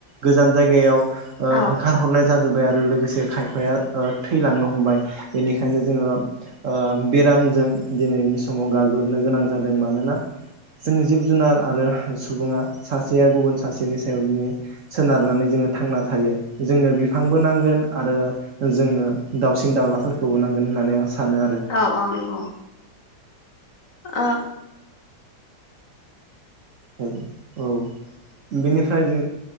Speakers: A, on the right; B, on the left.
A: गोजान जायगायाव ओ
B: औ
A: होखारहरनाय जाजोब्बाय आरो लोगोसे खायफाया ओ थैलांनो हमबाय बेनिखायनो जोङो ओ बेरामजों दिनैनि समाव गाग्लोबनो गोनां जादों मानोना जों जिब जुनार आरो सुबुङा सासेया गुबुन सासेनि सायाव दिनै सोनारनानै जोङो थांना थायो जोंनो बिफांबो नांगोन आरो जोंनो दाावसिन दाउलाफोरखौबो नांगोन होननानै आं सानो आरो
B: औ औ नंगौ ओ
A: हेलौ औ बेनिफ्राय जों